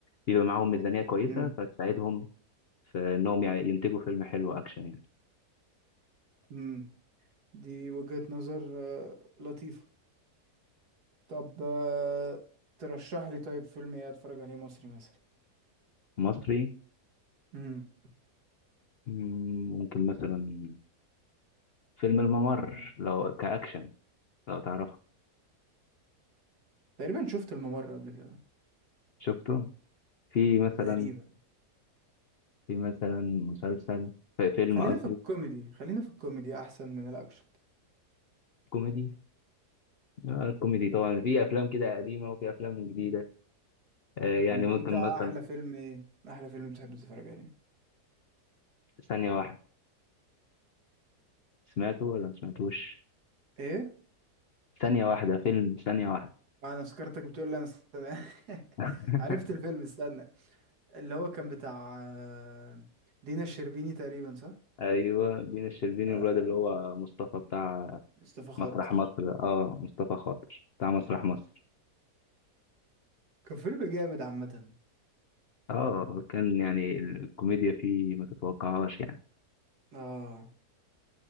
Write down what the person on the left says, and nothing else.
بيبقى معاهم ميزانيه كويسه
فتساعدهم في انهم يع- ينتجوا فيلم حلو اكشن يعني
مصري
مم، ممكن مثلا فيلم الممر لو كاكشن لو تعرفه
شفته في مثلا
في مثلا مسلسل في فيلم
قصدي
كوميدي آه، الكوميدي طبعا في افلام كده قديمه وفي افلام جديده آه، يعني
ممكن
مثلا
ثانيه واحده سمعته ولا ما سمعتوش
ثانيه واحده فيلم ثانيه واحده
<laughs>
ايوه دينا الشربيني
والواد اللي هو مصطفى بتاع
مسرح مصر اه مصطفى خاطر بتاع مسرح مصر
اه كان يعني الكوميديا فيه ما تتوقعهاش يعني